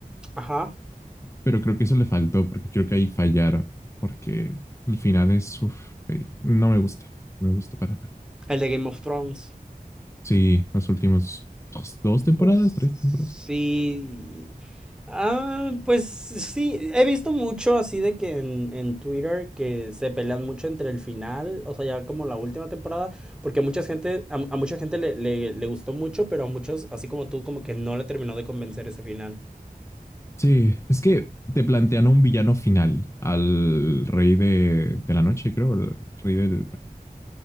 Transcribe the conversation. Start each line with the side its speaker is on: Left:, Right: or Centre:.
Centre: Ajá.
Left: pero creo que eso le faltó porque creo que ahí fallaron, porque el final es, uf, eh, no me gusta, no me gusta para nada.
Centre: El de Game of Thrones.
Left: Sí, los últimos dos, dos temporadas,
Centre: Pues,
Left: tres
Centre: Sí.
Left: temporadas.
Centre: Ah, pues sí, he visto mucho así de que en, en Twitter que se pelean mucho entre el final, o sea, ya como la última temporada, porque mucha gente, a, a mucha gente le, le, le gustó mucho, pero a muchos, así como tú, como que no le terminó de convencer ese final.
Left: Sí, es que te plantean a un villano final, al rey de, de la noche, creo, el rey del,